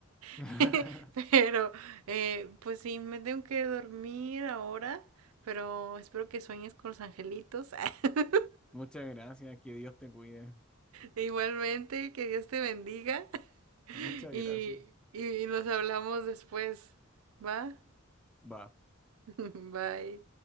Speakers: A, in the centre; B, on the right.
A: <laughs>
B: <laughs> pero eh, pues sí, me tengo que dormir ahora, pero espero que sueñes con los angelitos. <laughs>
A: Muchas gracias, que Dios te cuide.
B: Igualmente, que Dios te bendiga <laughs>
A: Muchas
B: y,
A: gracias.
B: y y nos hablamos después, ¿va?
A: Va.
B: <laughs> Bye.